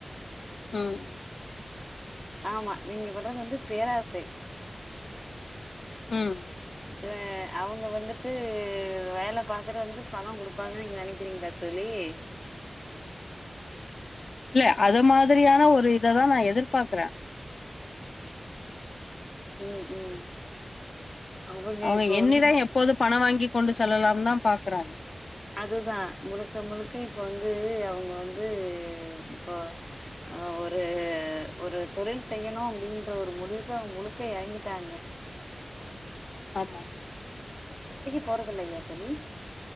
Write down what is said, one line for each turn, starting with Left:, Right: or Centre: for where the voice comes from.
Left: ம்
Centre: ஆமா நீங்க பட்றது வந்து பேராசை
Left: ம்
Centre: ஆ அவுங்க வந்துட்டு வேல பாத்துட்டு வந்து பணொ குடுப்பாங்க நீங்க நெனக்கிறீங்களா தோழி இ
Left: இல்ல அத மாதிரியான ஒரு இத தா நா எதிர்ப்பாக்குற
Centre: ம் ம் அவங்க
Left: அவ்ங்க
Centre: இப்ப
Left: என்னிட
Centre: வந்து
Left: எப்போது பண வாங்கிக் கொண்டு செல்லலாம் தா பாக்குறாங்க
Centre: அதுதா முழுக்க முழுக்க இப்போ வந்து அவுங்க வந்து இப்போ அ ஒரு ஒரு தொழில் செய்யணு அப்டின்ற ஒரு முடிவுக்கு முழுக்க எறங்கிட்டாங்க
Left: ஆமா
Centre: போறது இல்லயா தோழி